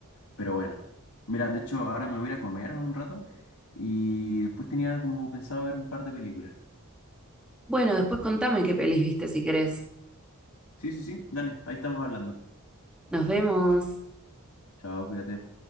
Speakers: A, on the left; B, in the centre.
A: Pero bueno, mira, de hecho ahora me voy a ir a comer en un rato y después tenía como pensado ver un par de películas.
B: Bueno, después contame qué pelis viste si querés.
A: Sí, sí, sí, dale, ahí estamos hablando.
B: Nos vemos.
A: Chao, cuídate.